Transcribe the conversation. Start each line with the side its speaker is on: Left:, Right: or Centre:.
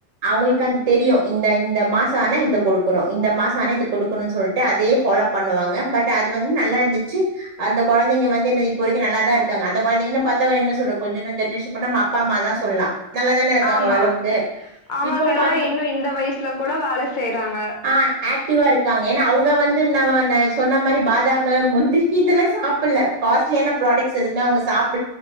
Right: அவங்ளுக்கு அந் தெரியூ இந்த இந்த மாசோ ஆனா இத குடுக் குணூ இந்த மாசோ ஆனா இது குடுக்கணூனு சொல்லிட்டு அதே ஃபாலோ பண்ணுவாங்க பட் அது வந்து நல்லாருந்துச்சு அந்த கொழந்தைங்க வந்து இப்போ வரைக்கூ நல்லாதா இருக்காங்க அந்த கொழந்தைங்கன்ன பாத்த என்ன சொல்ற கொஞ்சோ நஞ்சோ டிஷ் பண்ண நம்ம அப்பாம்மா தா சொல்லா நல்லாதான இருக்காங்க
Left: ஆமா
Right: ஓரளவுக்கு
Left: அவங்கெல்லா
Right: இப்போ பாத்
Left: இன்னூ இந்த வயசுல கூட வேல செய்றாங்க
Right: ஆ ஆக்டிவா இருக்காங்க ஏனா அவுங்க வந்து ந நா சொன்ன மாரி பாதாமு முந்திரி இதெல்லா சாப்டல காஸ்லியான ப்ராடக்ட்ஸ் எதூமே அவுங்க சாப்